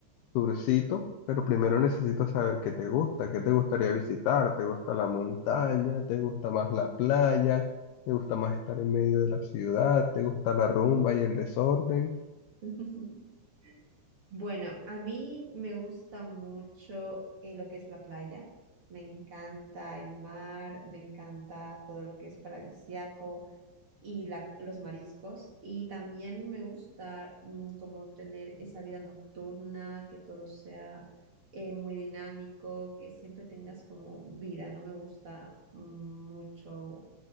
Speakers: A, on the left (about 80°); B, on the right (about 40°).
A: tourcito, pero primero necesito saber qué te gusta, qué te gustaría visitar, ¿te gusta la montaña? ¿Te gusta más la playa? ¿Te gusta más estar en medio de la ciudad? ¿Te gusta la rumba y el desorden?
B: <laughs> Bueno, a mí me gusta mucho eh, lo que es la playa, me encanta el mar, me encanta todo lo que es paradisiaco. y la- los mariscos. Y también me gusta mm, como tener esa vida nocturna, que todo sea eh, muy dinámico, que siempre tengas como vida. No me gusta mm, mucho